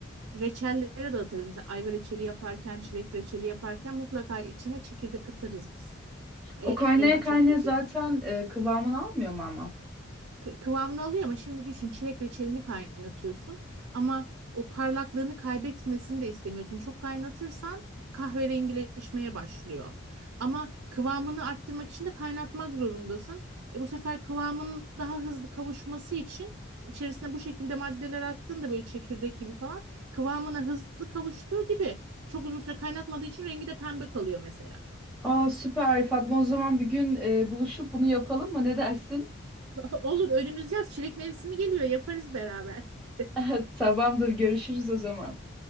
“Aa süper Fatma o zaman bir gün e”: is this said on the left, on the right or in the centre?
Centre